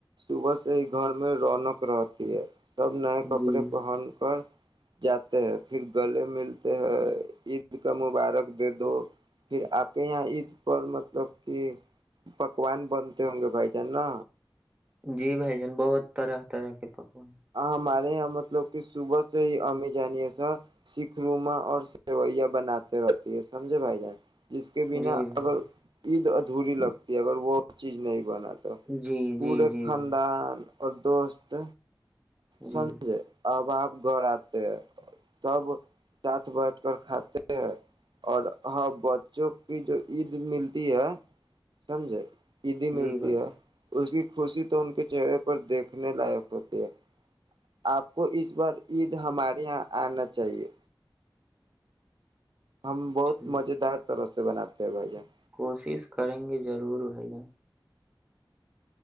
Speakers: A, on the right; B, on the right.
A: صبح سے ہی گھر میں رونق رہتی ہے سب نئے کپڑے
B: جی
A: پہن کر جاتے ہیں پھر گلے ملتے ہیں عید کا مبارک دے دو پھر آپ کے یہاں عید پر مطلب کہ پکوان بنتے ہوں گے بھائی جان نا
B: جی بھ جان بہت طرح طرح کے پکوان
A: ہمارے یہاں مطلب کہ صبح سے ہی امی جانی سا سکھ روما اور سیوئیاں بناتے رہتی ہے سمجھے بھائی جان جس کے بنا
B: جی بھائی
A: اگر عید ادھوری لگتی ہے اگر وہ چیز نہیں بنا
B: جی
A: پڑے
B: جی جی
A: خاندان
B: بھائی
A: اور دوست
B: جی
A: سجے آب گھر آتے ہیں سب ساتھ بیٹھ کر کھاتے ہیں اور ہ بچوں کی جو عید ملتی ہے سمجھے عیدی ملتی
B: جی بھائی
A: ہے اس کی خوشی تو ان کے چہرے پر دیکھنے لائق ہوتی ہے آپ کو اس بار عید ہمارے یہاں آنا چاہیے ہم بہت
B: ٹھیک
A: مز دار طرح سے بناتے بھ جات
B: کوشش کریں گے ضرور بھیا